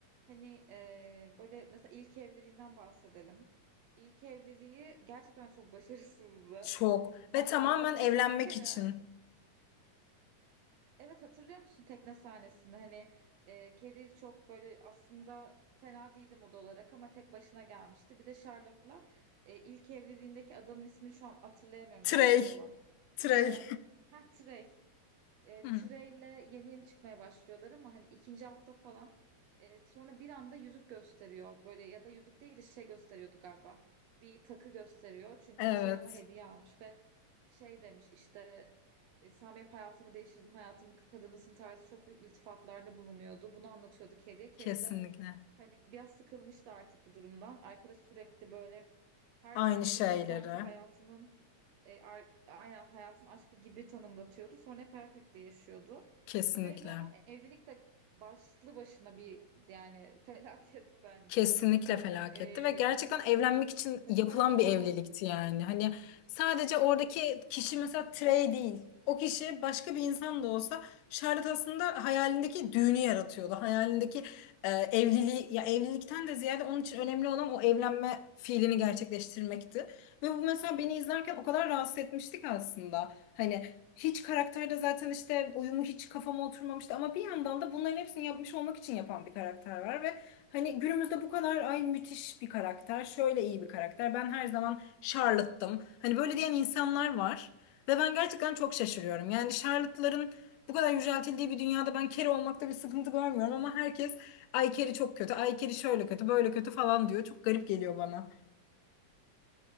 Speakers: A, on the right; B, on the left.
A: hani e, böyle mesela ilk evliliğinden bahsedelim. İlk evliliği gerçekten çok başarısızdı.
B: Çok.
A: Ben
B: Ve tamamen
A: o adam
B: evlenmek
A: ya bir kere
B: için.
A: Evet hatırlıyor musun tekne sahnesinde hani e, Carrie çok böyle aslında fena değildi moda olarak ama tek başına gelmişti. Bir de Charlotte'la e, ilk evliliğindeki adamın ismini şu an hatırlayamıyorum
B: Trey.
A: doktor olan.
B: Trey.
A: İşte ha Trey e,
B: <laughs> Hı.
A: Treyle yeni yeni çıkmaya başlıyorlar ama hani ikinci hafta falan e, sonra bir anda yüzük gösteriyor böyle ya da yüzük değil de şey gösteriyordu galiba bir takı gösteriyor çünkü
B: Evet.
A: Trey ona hediye almış ve şey demiş işte e, sen benim hayatımı değiştirdin hayatımın kadınısın tarzı çok büyük iltifatlarda bulunuyordu bunu anlatıyordu Carrie'ye Carrie
B: Kesinlikle.
A: de hani biraz sıkılmıştı artık bu durumdan arkadaş sürekli böyle her
B: Aynı
A: erkeği
B: şeyleri.
A: sanki hayatının e, ar- aynen hayatın aşkı gibi tanımlatıyordu. Sonra hep hayal kırıklığı yaşıyordu.
B: Kesinlikle.
A: Trey'le olan evlilik de başlı başına bir yani <laughs> felaket bence.
B: Kesinlikle felaketti
A: E,
B: ve gerçekten evlenmek için
A: mesela
B: yapılan bir
A: <laughs> haha
B: evlilikti yani. Hani sadece oradaki kişi
A: maalesef.
B: mesela Trey değil. O kişi başka bir insan da olsa Charlotte aslında hayalindeki düğünü yaratıyordu. Hayalindeki e, evliliği ya evlilikten de ziyade onun için önemli olan o evlenme fiilini gerçekleştirmekti. Ve bu mesela beni izlerken o kadar rahatsız etmiştik aslında. Hani Hiç karakterde zaten işte uyumu hiç kafama oturmamıştı ama bir yandan da bunların hepsini yapmış olmak için yapan bir karakter var ve hani günümüzde bu kadar ay müthiş bir karakter, şöyle iyi bir karakter. Ben her zaman Charlotte'tım. Hani böyle diyen insanlar var ve ben gerçekten çok şaşırıyorum. Yani Charlotte'ların bu kadar yüceltildiği bir dünyada ben Carrie olmakta bir sıkıntı görmüyorum ama herkes ay Carrie çok kötü, ay Carrie şöyle kötü, böyle kötü falan diyor. Çok garip geliyor bana.